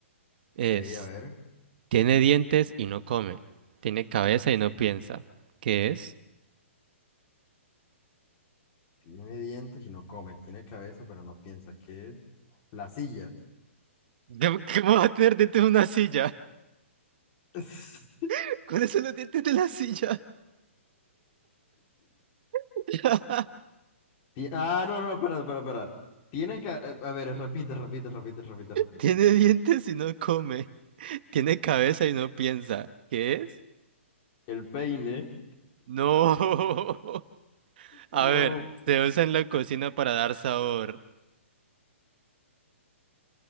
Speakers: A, on the right; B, on the left.
A: Es
B: Ok, a ver.
A: Tiene dientes y no come. Tiene cabeza y no piensa. ¿Qué es?
B: Tiene dientes y no come. Tiene cabeza, pero no piensa. ¿Qué es? La silla.
A: ¿Qué- ¿Cómo va a tener dientes una silla?
B: <laughs>
A: <laughs> ¿Cuáles son los dientes de la silla? <laughs>
B: Ti- Ah, no, no, espera, espera, espera. Tiene que... eh, A ver, repite, repite, repite, repite, repite.
A: Tiene dientes y no come. Tiene cabeza y no piensa. ¿Qué es?
B: El peine.
A: No. <laughs> A
B: No.
A: ver, se usa en la cocina para dar sabor.